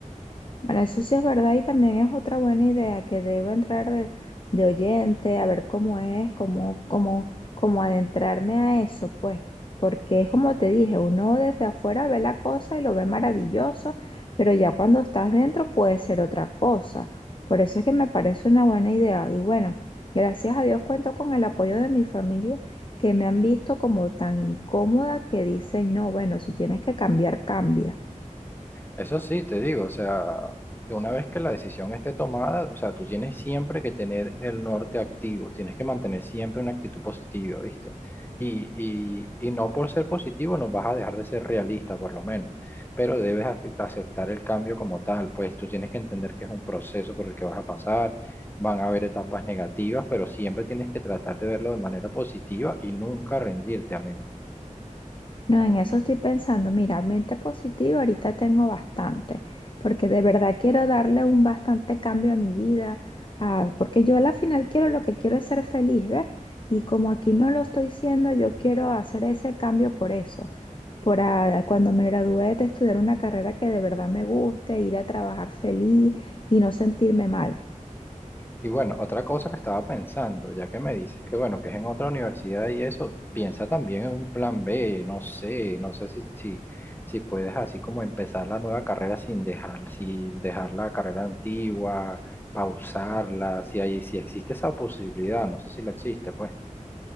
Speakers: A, on the left; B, on the left.
A: Bueno, eso sí es verdad y también es otra buena idea que debo entrar de, de oyente a ver cómo es, cómo, cómo, cómo adentrarme a eso, pues, porque es como te dije, uno desde afuera ve la cosa y lo ve maravilloso, pero ya cuando estás dentro puede ser otra cosa. Por eso es que me parece una buena idea y bueno, gracias a Dios cuento con el apoyo de mi familia que me han visto como tan incómoda que dicen, no, bueno, si tienes que cambiar, cambia.
B: Eso sí, te digo, o sea, de una vez que la decisión esté tomada, o sea, tú tienes siempre que tener el norte activo, tienes que mantener siempre una actitud positiva, ¿viste? Y, y, y no por ser positivo no vas a dejar de ser realista, por lo menos, pero debes ace- aceptar el cambio como tal, pues tú tienes que entender que es un proceso por el que vas a pasar, van a haber etapas negativas, pero siempre tienes que tratar de verlo de manera positiva y nunca rendirte, amigo.
A: No, en eso estoy pensando. Mira, mente positiva, ahorita tengo bastante, porque de verdad quiero darle un bastante cambio a mi vida, ah, porque yo a la final quiero lo que quiero es ser feliz, ¿ves? Y como aquí no lo estoy siendo, yo quiero hacer ese cambio por eso, por ah, cuando me gradúe de estudiar una carrera que de verdad me guste, ir a trabajar feliz y no sentirme mal.
B: Y bueno, otra cosa que estaba pensando, ya que me dices que bueno, que es en otra universidad y eso, piensa también en un plan B, no sé, no sé si, si, si puedes así como empezar la nueva carrera sin dejar, sin dejar la carrera antigua, pausarla, si hay, si existe esa posibilidad, no sé si la existe, pues.